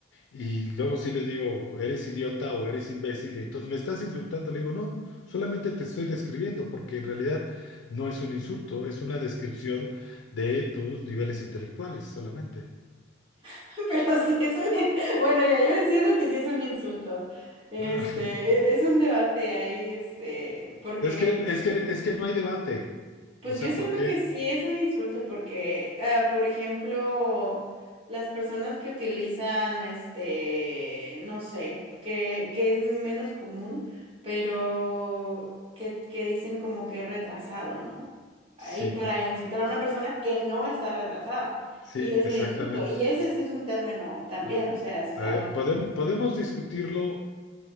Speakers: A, on the left; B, on the right.
A: y luego sí le digo, eres idiota o eres imbécil, y entonces me estás insultando, le digo, no, solamente te estoy describiendo, porque en realidad no es un insulto, es una descripción de tus niveles intelectuales solamente.
B: <laughs> Pero sí es un... in- <laughs> Bueno, ya yo siento que sí es un insulto. Este,
A: <laughs>
B: e- es un debate ahí, este, porque,
A: Es que, es que, es que no hay debate.
B: pues
A: O sea,
B: yo siento
A: porque
B: que sí es un insulto, porque, ah, por ejemplo, las personas que utilizan, este, no sé, que, que es menos común, pero que, que dicen como que retrasado, ¿no? Ah,
A: sí,
B: Y para insultar a una persona que no está retrasada.
A: sí,
B: Y es
A: exactamente.
B: un insulto. Y ese, sí es un término también,
A: Ah,
B: o sea, es
A: a
B: algo
A: ver, podem- podemos discutirlo